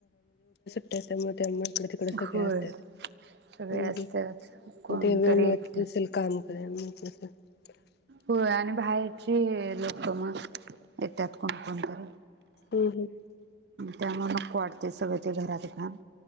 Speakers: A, on the left; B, on the right.
A: <unintelligible> मग तिकडे सगळे
B: होय
A: असत्यात
B: सगळे
A: हम्म हम्म
B: असतात कोणतरी
A: मग ते वेळ मिळत
B: येतात
A: नसेल काम <unintelligible>
B: होय आणि बाहेरची लोक मग येत्यात कोण कोण घरी
A: हम्म हम्म.
B: त्यामुळ नको वाटतय सगळं ते घरातल काम